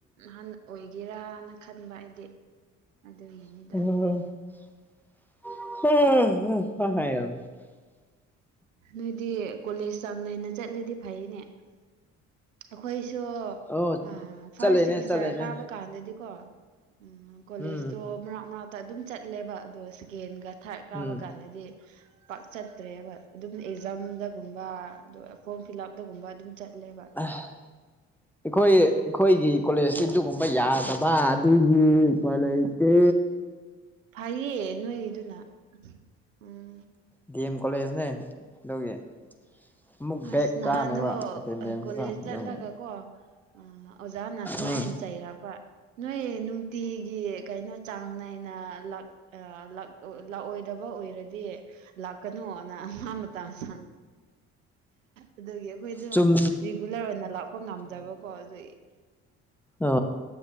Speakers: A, on the right; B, in the centre.
A: ꯑꯍꯥꯟ ꯑꯣꯏꯒꯦꯔꯅ ꯈꯟꯕ ꯑꯩꯗꯤ ꯑꯗꯨꯒꯤꯅꯦ
B: <unintelligible>
A: ꯅꯣꯏꯗꯤ ꯀꯣꯂꯦꯖ ꯆꯥꯡ ꯅꯥꯏꯅ ꯆꯠꯂꯗꯤ ꯐꯩꯅꯦ ꯑꯩꯈꯣꯏꯁꯨ
B: ꯑꯣ
A: ꯑ ꯐꯥꯔꯁ
B: ꯆꯠꯂꯦꯅꯦ
A: ꯁꯤꯕꯤꯁꯇꯔ
B: ꯆꯠꯂꯦꯅꯦ
A: ꯀꯥꯕ ꯀꯥꯟꯗꯗꯤꯀꯣ ꯎꯝ ꯀꯣꯂꯦꯖꯇꯣ
B: ꯎꯝ
A: ꯃꯔꯛ ꯃꯔꯛꯇ ꯑꯗꯨꯝ ꯆꯠꯂꯦꯕ ꯑꯗꯣ ꯁꯦꯀꯦꯟꯒ ꯊꯥꯔꯠ ꯀꯥꯕ
B: ꯎꯝ
A: ꯀꯥꯟꯗꯗꯤ ꯄꯥꯛ ꯆꯠꯇ꯭ꯔꯦꯕ ꯑꯗꯨꯝ ꯑꯦꯛꯖꯥꯝꯗꯒꯨꯝꯕ ꯑꯗꯨ ꯐꯣꯔꯝ ꯐꯤꯜ ꯑꯞꯇꯒꯨꯝꯕ ꯑꯗꯨꯝ ꯆꯠꯂꯦꯕ
B: ꯑꯥ ꯑꯩꯈꯣꯏ ꯑꯩꯈꯣꯏꯒꯤ ꯀꯣꯂꯦꯖꯇꯤ ꯑꯗꯨꯒꯨꯝꯕ ꯌꯥꯗꯕ ꯑꯗꯨꯒꯤ ꯎꯄꯥꯏ ꯂꯩ ꯇꯦ
A: ꯐꯩꯌꯦ ꯅꯣꯏꯒꯤꯗꯨꯅ ꯎꯝ
B: ꯗꯤ ꯑꯦꯝ ꯀꯣꯂꯦꯖꯅꯦ ꯑꯗꯨꯒꯤ
A: <inaudible>
B: ꯑꯃꯨꯛ
A: ꯑꯁ
B: ꯕꯦꯛ
A: ꯅꯍꯥꯟꯗꯣ
B: ꯆꯥꯅꯦꯕ ꯑꯦꯇꯦꯟꯗꯦꯟꯁꯇ
A: ꯀꯣꯂꯦꯖ
B: ꯑꯗꯨꯒꯤ
A: ꯆꯠꯂꯒꯀꯣ ꯑ ꯑꯣꯖꯥꯅ ꯁꯨꯃꯥꯏꯅ
B: ꯎꯝ
A: ꯆꯩꯔꯛꯄ ꯅꯣꯏ ꯅꯨꯡꯇꯤꯒꯤ ꯀꯩꯅꯣ ꯆꯥꯡ ꯅꯥꯏꯅ ꯂꯥꯛ ꯑꯥ ꯂꯥꯛ ꯂꯥꯛꯑꯣꯏꯗꯕ ꯑꯣꯏ ꯔꯗꯤ ꯂꯥꯛꯀꯅꯨꯅ ꯃꯥ ꯃꯇꯝ ꯁꯥꯡ ꯑꯗꯨꯒꯤ ꯑꯩꯈꯣꯏꯗꯣ
B: ꯆꯨꯝ
A: ꯔꯤꯒꯨꯂꯔ ꯑꯣꯏꯅ ꯂꯥꯛꯄ ꯉꯝꯗꯕꯀꯣ ꯑꯗꯨꯏ
B: ꯑ